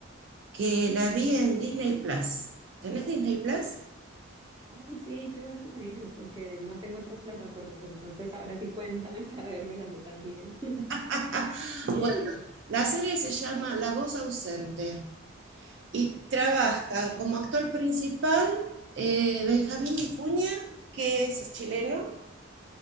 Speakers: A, on the right; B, on the right.
A: que la vi en Disney Plus. ¿Tenés Disney Plus?
B: Ay, sí, qué bueno que me dices, porque no tengo otras plataformas, entonces ahora sí cuéntame <laughs> para vérmela yo también.
A: <laughs> Bueno,
B: <laughs>
A: la serie se llama La voz ausente. Y trabaja
B: Ok,
A: como actor principal eh, Benjamín Vicuña, que es chileno,